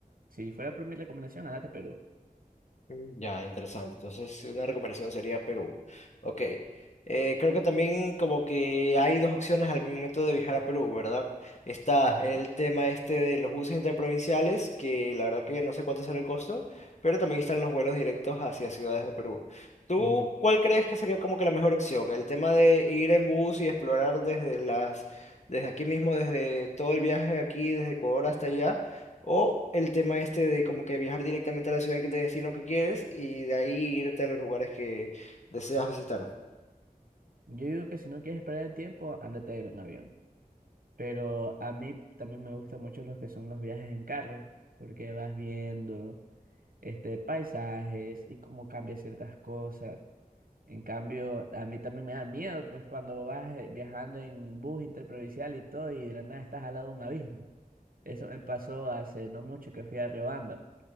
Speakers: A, on the right; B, on the left.
A: Si fuera por mi recomendación, ándate a Perú.
B: Mm, Ya, interesante. Entonces, una recomendación sería Perú. Ok. Eh, creo que también como que hay dos opciones al momento de viajar a Perú, ¿verdad? Está
A: Ajá.
B: el tema este de los buses interprovinciales, que la verdad que no sé cuánto será el costo, pero también están los vuelos directos hacia ciudades de Perú. ¿Tú
A: Ujú.
B: cuál crees que sería como que la mejor opción? ¿El tema de ir en bus y explorar desde las, desde aquí mismo, desde todo el viaje aquí, desde Ecuador hasta allá? O el tema este de como que viajar directamente a la ciudad de destino que quieres y de ahí irte a los lugares que deseas visitar.
A: Yo digo que si no quieres perder el tiempo, ándate en avión. Pero a mí también me gustan mucho los que son los viajes en carro, porque vas viendo este paisajes y cómo cambia ciertas cosas. En cambio, a mí también me da miedo, pues cuando vas eh, viajando en bus interprovincial y todo, y de la nada estás al lado de un abismo. Eso me pasó hace no mucho que fui a Riobamba.